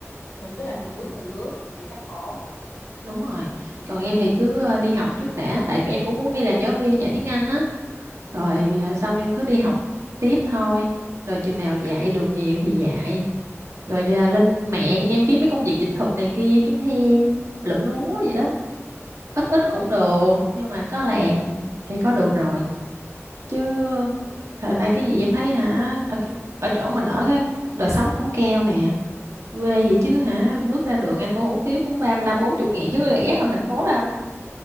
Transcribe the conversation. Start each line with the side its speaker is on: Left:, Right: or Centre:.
Left: mình cứ làm từng bước từng bước thì chắc ổn
Right: đúng rồi còn em thì cứ ờ, đi học trước đã tại em cũng muốn đi làm giáo viên dạy tiếng Anh á rồi
Left: ừ
Right: ờ, xong em cứ đi học tiếp thôi rồi chừng nào dạy được nhiều thì dạy rồi đi- lên
Left: ừ
Right: mạng em kiếm mấy công việc dịch thuật này kia kiếm thêm lụm lúa vậy đó ít ít
Left: ừ
Right: cũng được nhưng mà có làm thì có được rồi chứ thời nay cái gì em thấy hả ở ở chỗ mình ở cái đời sống cũng keo nè quê vậy chứ hả bước ra đường ăn tô hủ tiếu cũng ba mươi lăm bốn chục nghìn chứ có rẻ hơn thành phố đâu